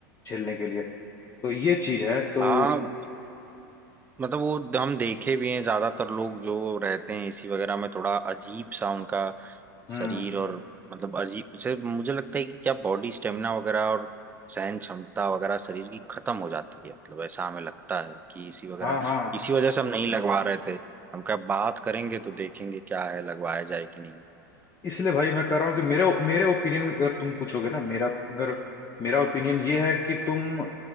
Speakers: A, on the left (about 25°); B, on the right (about 15°).
A: झेलने के लिए तो ये चीज है तो
B: हाँ मतलब वो हम देखे भी हैं ज्यादातर लोग जो रहते हैं एसी वगैरह में थोड़ा अजीब सा उनका
A: हम्म
B: शरीर और मतलब अजीब उसे मुझे लगता है कि क्या बॉडी स्टेमिना वगैरह और सहन क्षमता वगैरह शरीर की खत्म हो जाती है मतलब ऐसा हमें लगता है कि इसी वगैरह
A: हाँ हाँ
B: इसी वजह से हम नहीं लगवा रहे थे हम क्या बात करेंगे तो देखेंगे क्या है लगवाया जाए कि नहीं
A: इसलिए भाई मैं कह रहा हूँ कि मेरे मेरे ओपिनियन में अगर तुम पूछोगे ना मेरा अगर मेरा ओपिनियन ये है कि तुम